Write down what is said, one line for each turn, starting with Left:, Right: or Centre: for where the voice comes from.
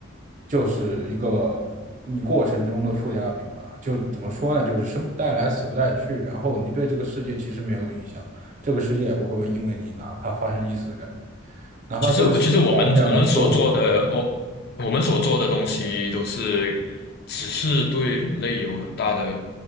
Right: 就是一个你过程中的附加品吧。就怎么说呢，就是生不带来，死不带去，然后你对这个世界其实没有影响，这个世界也不会因为你哪怕发生一丝改变，哪怕这个世界改变了，
Left: 其实，我其实我们我们所做的，
Right: 又会怎么样？
Left: 我我们所做的东西都是，只是对人类有很大的、